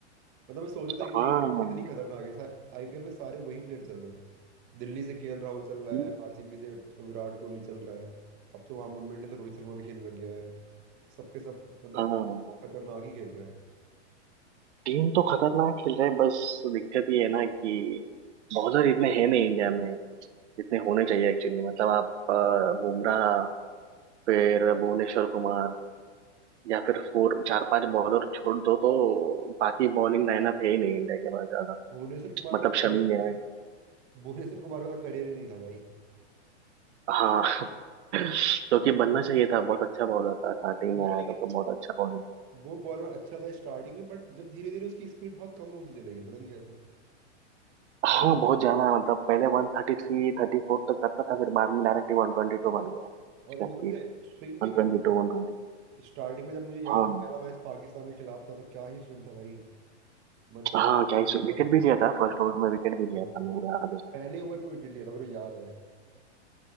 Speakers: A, on the right; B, on the right.
A: मतलब मैं सोच रहा था
B: हाँ
A: इंडिया की टीम कितनी खतरनाक है आईपीएल में सारे वही प्लेयर चल रहे हैं दिल्ली से केएल राहुल चल रहा
B: टीम-
A: है आरसीबी से विराट कोहली चल रहा है अब तो वहां मुंबई इंडियंस से रोहित शर्मा भी खेलने लग गया है सबके सब मतलब
B: हाँ
A: खतरनाक ही खेल रहे हैं
B: टीम तो खतरनाक खेल रहे है बस दिक्कत ये है ना कि बॉलर इतने हैं नहीं इंडिया में जितने होने चाहिए एक्चुअली मतलब आप अ, बुमराह फिर भुवनेश्वर कुमार या फिर फोर चार पांच बॉलर छोड़ दो तो बाकी बॉलिंग लाइनअप है ही नहीं इंडिया के पास ज्यादा
A: भुवनेश्वर कुमार
B: मतलब
A: का तो करियर
B: शमी है
A: भुवनेश्वर कुमार का तो करियर ही नहीं था भाई
B: हाँ जो कि बनना चाहिए था बहुत अच्छा बॉलर था स्टार्टिंग
A: यार
B: में आया
A: लेकिन
B: था तो बहुत अच्छा बॉलिंग
A: वो बॉलर अच्छा था स्टार्टिंग में बट जब धीरे धीरे उसकी स्पीड बहुत कम होती चली गई पता नहीं कैसे
B: हाँ
A: और
B: बहुत ज्यादा मतलब पहले one thirty three thirty four तक करता था फिर बाद में डायरेक्टली वन ट्वेंटी टू बन गया उसका
A: और ऊपर
B: speed
A: से स्विंग भी
B: one
A: कम
B: twenty
A: हो गया
B: two one twenty
A: स्टार्टिंग में जब मुझे याद
B: हाँ
A: है पहला मैच पाकिस्तान के खिलाफ था तो क्या ही स्विंग था भाई मतलब
B: हाँ क्या
A: मजा
B: विकेट
A: ही
B: भी लिया था फर्स्ट ओवर में विकेट भी लिया
A: हाँ
B: था मेरे याद है।
A: पहले ओवर में विकेट लिया था मेरे को याद है